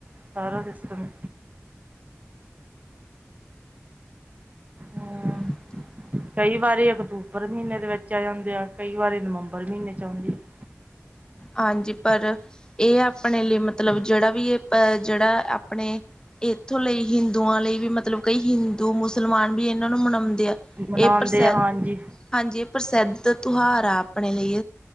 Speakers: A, on the right; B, on the left.
A: ਸਾਰਾ ਸਿਸਟਮ। ਹਮ
B: <inaudible>
A: ਕਈ ਵਾਰੀ ਅਕਤੂਬਰ ਮਹੀਨੇ ਦੇ ਵਿੱਚ ਆ ਜਾਂਦੀ ਆ, ਕਈ ਵਾਰੀ ਨਵੰਬਰ ਮਹੀਨੇ ਚ ਆਉਂਦੀ ਆ।
B: ਹਾਂਜੀ ਪਰ ਇਹ ਆਪਣੇ ਲਈ ਮਤਲਬ ਜਿਹੜਾ ਵੀ ਇਹ ਜਿਹੜਾ ਆਪਣੇ ਇੱਥੋਂ ਲਈ ਹਿੰਦੂਆਂ ਲਈ ਵੀ ਮਤਲਬ ਕਈ ਹਿੰਦੂ ਮੁਸਲਮਾਨ ਵੀ ਇਹਨਾਂ ਨੂੰ ਮਨਾਉਂਦੇ ਆ।
A: ਮਨਾਉਂਦੇ
B: ਇਹ ਪ੍ਰਸਿੱਧ
A: ਆ ਹਾਂਜੀ
B: ਹਾਂਜੀ ਇਹ ਪ੍ਰਸਿੱਧ ਤਿਉਹਾਰ ਆ ਆਪਣੇ ਲਈ